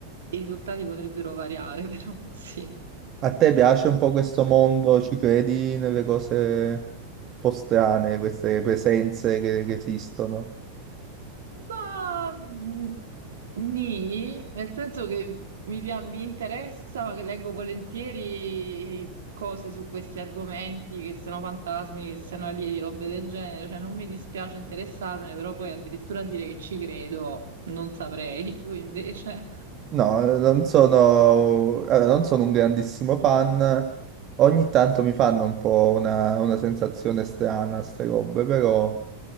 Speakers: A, on the right; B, on the right.
A: I risultati potrebbero variare, <laughs> però sì.
B: A te piace un po' questo mondo? Ci credi nelle cose un po' strane, queste presenze che, che esistono?
A: Ma mm, nì, nel senso che mi, pia- mi interessa, ma che leggo volentieri cose su questi argomenti, che siano fantasmi, che siano alieni, robe del genere. Cioè, non mi dispiace interessarmene, però poi addirittura dire che ci credo, non saprei. <laughs> Tu invece?
B: No, non sono, allora, non sono un grandissimo fan. Ogni tanto mi fanno un po' una, una sensazione strana, queste robe, però...